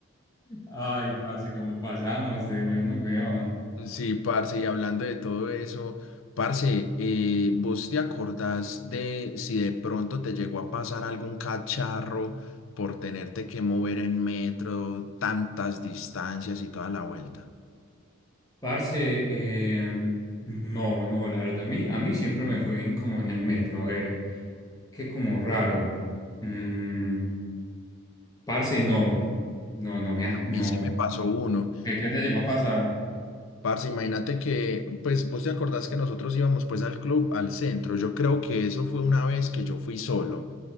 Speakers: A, on the left; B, on the left.
A: Ay, parce, cómo pasamos de bueno, weón.
B: Sí, parce, y hablando de todo eso, parce, eh, ¿vos te acordás de si de pronto te llegó a pasar algún cacharro por tenerte que mover en metro, tantas distancias y toda la vuelta?
A: Parce, eh, no, no, la verdad, a mí, a mí siempre me fue bien como en el metro, a ver, qué como raro. Mm, parce, no, no, no me, ha-
B: A
A: no.
B: mí sí me pasó uno.
A: ¿Qué, qué te llegó a pasar?
B: Parce, imagínate que, pues vos te acordás que nosotros íbamos pues al club, al centro. Yo creo que eso fue una vez que yo fui solo.